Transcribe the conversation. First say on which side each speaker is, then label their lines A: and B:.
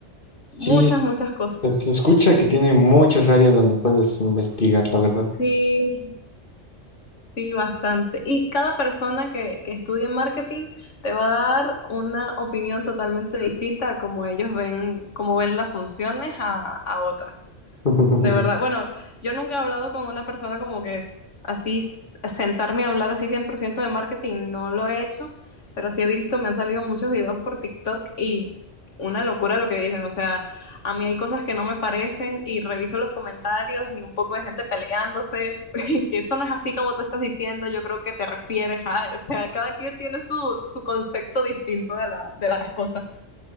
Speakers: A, on the left; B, on the left.
A: Sí,
B: Muchas,
A: es-
B: muchas cosas.
A: pues, se escucha que tiene muchas áreas donde puedes investigar, la verdad.
B: Sí. Sí, bastante. Y cada persona que, que estudie marketing te va a dar una opinión totalmente distinta a cómo ellos ven, cómo ven las funciones a, a otra.
A: <laughs>
B: De verdad, bueno, yo nunca he hablado con una persona como que es así, sentarme a hablar así 100% de marketing, no lo he hecho, pero sí he visto, me han salido muchos videos por TikTok y una locura lo que dicen, o sea, a mí hay cosas que no me parecen y reviso los comentarios y un poco de gente peleándose, <laughs> y que eso no es así como tú estás diciendo, yo creo que te refieres a, o sea, cada quien tiene su, su concepto distinto de la, de las cosas.